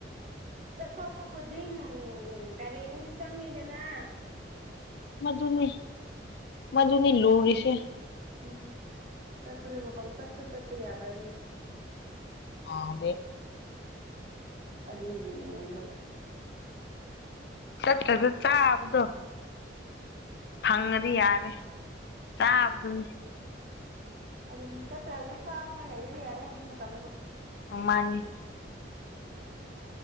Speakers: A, on the right (about 40°); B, on the left (about 60°).
A: ꯆꯠꯊꯣꯛꯄ ꯈꯨꯗꯤꯡ ꯀꯔꯤꯅꯣꯗꯤ ꯆꯪꯉꯤꯗꯅ
B: ꯃꯗꯨꯅꯤ ꯃꯗꯨꯅꯤ ꯂꯣꯔꯤꯁꯦ
A: ꯎꯝ ꯆꯠꯄꯗꯣ ꯄꯄꯪ ꯆꯠꯇ ꯆꯠꯄ ꯌꯥꯕ꯭ꯔꯥꯅꯦ
B: ꯑꯗꯦ
A: ꯑꯗ ꯏꯕ
B: ꯆꯠ ꯆ ꯆꯥꯗꯣ ꯐꯪꯉꯗꯤ ꯌꯥꯔꯦ ꯆꯥꯕꯗꯨꯅꯤ
A: ꯑꯗꯨꯅꯦ ꯆꯠꯇ꯭ꯔꯁꯨ ꯐꯥꯅꯤꯡꯉꯥꯏ ꯂꯩꯔꯦꯗꯤ ꯌꯥꯔꯦ ꯍꯧꯖꯤꯛ ꯃꯇꯝꯗꯕꯨ
B: ꯑ ꯃꯥꯅꯤ